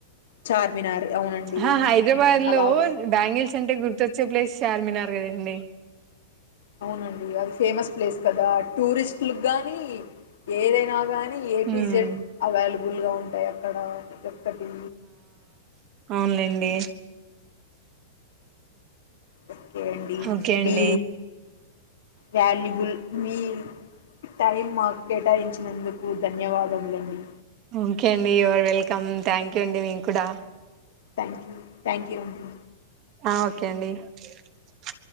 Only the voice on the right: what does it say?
ఆ హైదరాబాద్
లో బ్యాంగిల్స్ అంటే గుర్తొచ్చే ప్లేస్ చార్మినార్ కదండి
హ్మ్
ఆన్లైన్ కే
ఓకే అండి
ఓకే అండి యూఆర్ వెల్కమ్ థ్యాంక్ యూ అండి మీకూడా.
ఆ ఓకే అండి. <inaudible>